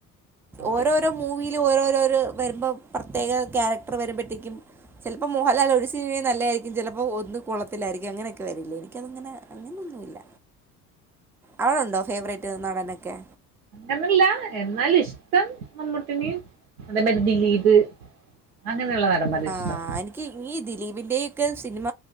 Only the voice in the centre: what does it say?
ഓരോര്.
ഓരോ മൂവിൽ ഓരോരോ വരുമ്പോ പ്രത്യേക ക്യാരക്ടർ വരുമ്പഴത്തേക്കും ചെലപ്പോ മോഹൻലാൽ ഒഴി. ക്ക സിനിമയും നല്ലായിരിക്കും ചിലപ്പോ ഒന്നും കൊള്ളത്തില്ലായിരിക്കും അങ്ങനെ. ക്ക് വരില്ല. എനിക്കത്ങ്ങനെ അങ്ങനൊന്നുവില്ല. അവിടെണ്ടോ ഫേവറേറ്റ് നടനൊക്കെ?
ആഹ്
എനിക്ക് ഈ ദിലീപിന്റെ ഒക്കെ സിനിമ.